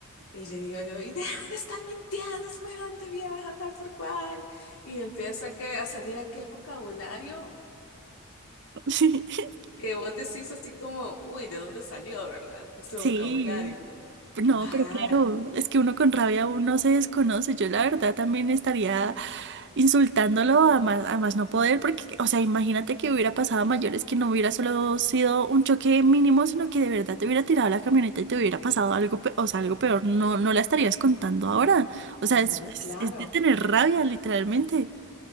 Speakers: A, on the left (about 70°); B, on the right (about 55°).
A: Y le digo yo, y deja de estar mintiendo, semejante vieja, tal por cual. Y empieza que, a salir aquel vocabulario
B: <laughs> Sí.
A: que vos decís así como, uy, ¿de dónde salió, verdad? Ese
B: Sí.
A: vocabulario.
B: No,
A: Ah,
B: pero claro, es que uno con rabia uno se desconoce. Yo la verdad también estaría insultándolo a más, a más no poder, porque, o sea, imagínate que hubiera pasado a mayores que no hubiera solo sido un choque mínimo, sino que de verdad te hubiera tirado la camioneta y te hubiera pasado algo, pe- o sea, algo peor. No, no la estarías contando ahora. O sea,
A: no,
B: es, es,
A: claro,
B: es de tener rabia, literalmente.